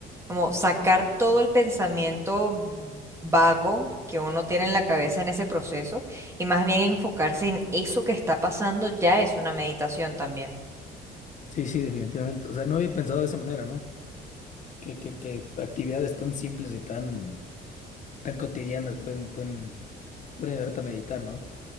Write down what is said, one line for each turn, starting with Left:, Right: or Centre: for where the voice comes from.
Right: como sacar todo el pensamiento vago. que uno tiene en la cabeza en ese proceso y más bien enfocarse en eso que está pasando ya es una meditación también.
Left: Sí, sí, definitivamente. O sea, no había pensado de esa manera, ¿no? Que, que, que actividades tan simples y tan, tan cotidianas pueden, pueden, pueden ayudarte a meditar, ¿no?